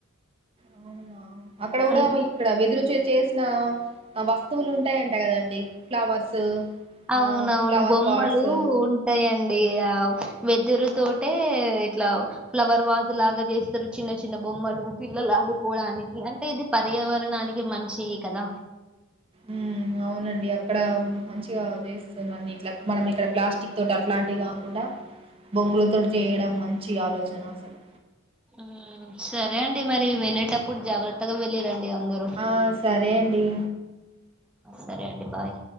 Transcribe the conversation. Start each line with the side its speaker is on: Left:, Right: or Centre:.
Right: అవునా అక్కడ గూడా
Centre: అన్-
Right: ఇక్కడ వెదురుచే చేసిన వస్తువులు ఉంటాయంట కదండి ఫ్లవర్స్ ఆ
Centre: అవునవును
Right: ఫ్లవర్
Centre: బొమ్మలూ
Right: పాట్స్
Centre: ఉంటయండి ఆ వెదురు తోటే ఇట్ల ఫ్లవర్ వాజు లాగా జేస్తరు చిన్న చిన్న బొమ్మలు పిల్లలు ఆడుకోవడా అంటే ఇది పర్యావరణానికి మంచియి కదా
Right: ఉమ్ అవునండి అ ఇక్కడ మంచిగా జేస్తున్నా అన్నిట్లా మనం ఇక్కడ ప్లాస్టిక్ తోటి అట్లాంటియి గాకుండా బొంగులతో చేయడం మంచి ఆలోచన అసలు
Centre: ఆ సరే అండి మరి వెళ్ళేటప్పుడు జాగ్రత్తగ వెళ్ళి అండి అందరు
Right: ఆ సరే అండి
Centre: సరే అండి బాయ్